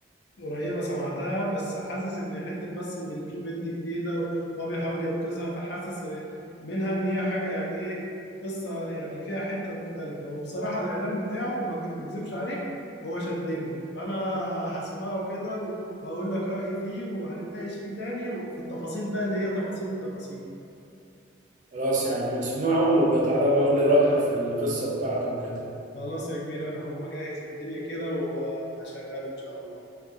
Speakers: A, on the left; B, on the right.
A: قريبه سمعتها بس حاسس ان حته بس ان في بنت جديده وهو بيحاول ينقذها فحاسس منها ان هي حاجه يعني ايه قصه يعني فيها حته مختلفه وبصراحه الاعلان بتاعه ما أج- ما اكذبش عليك هو شدني فانا هسمعه كده وهقول لك رايي فيه وهنتناقش فيه تاني وفي التفاصيل بقى اللي هي تفاصيل التفاصيل
B: خلاص يا عم اسمعه وبتعالى بقى قول لي رأيك في القصة بتاعته وكده
A: خلاص يا كبير انا هقوم اجهز الدنيا كده وهشغله ان شاء الله